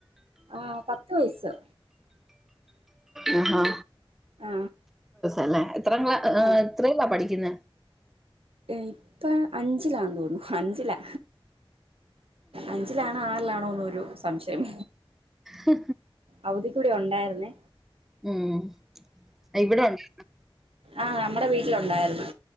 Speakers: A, on the right; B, in the centre.
A: ആ പത്ത് വയസ്സ്
B: ആ ഹാ
A: ആ
B: അല്ലേ ത്രങ്ങള
A: ആ
B: എത്രലാ പഠി അകന്ന <unintelligible>
A: ഇപ്പൊ അഞ്ചിലാന്ന് തോന്നു അഞ്ചിലാ അഞ്ച് ലാ ആറിലാണോന്നരു സംശയം
B: ആ
A: അവധിിക്കൂടെ ഉണ്ടായിരുന്നേ
B: ഉം ഇവിടെണ്ട
A: ആഹ നമ്മടെ വീട്ടിലുണ്ടായിരുന്നു